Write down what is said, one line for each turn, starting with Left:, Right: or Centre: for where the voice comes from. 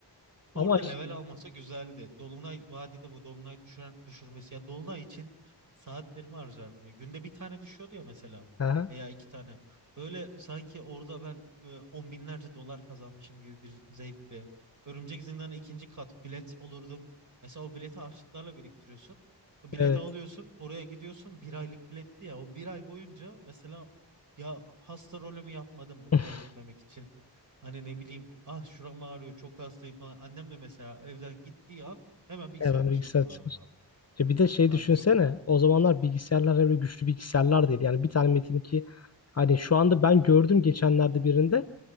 Right: Orada
Left: Ama
Right: level almasa güzeldi. Dolunay vadide bu dolunay düşüren, düşürmesi ya dolunay için saatlerimi harcardım ya. Günde bir tane düşüyordu ya mesela
Left: Aha,
Right: veya iki tane. Böyle sanki orada ben e, on binlerce dolar kazanmışım gibi bir zevkle. Örümcek Zindanı ikinci kat bilet olurdum. Mesela o bileti harçlıklarla biriktiriyorsun. O bileti
Left: evet.
Right: alıyorsun, oraya gidiyorsun. Bir aylık biletti ya. O bir ay boyunca mesela ya hasta rolümü yapmadım okula
Left: <laughs>
Right: gitmemek için. Hani ne bileyim ah şuram ağrıyor çok hastayım falan. Annem de mesela evden gittiği an hemen bilgisayarın
Left: Evet, ben
Right: başına
Left: bilgisayar
Right: konardım abi.
Left: E bir de şey
Right: Ay
Left: düşünsene.
Right: çok
Left: O zamanlar bilgisayarlar öyle güçlü bilgisayarlar değil. Yani bir tane Metin 2 hani şu anda ben gördüm geçenlerde birinde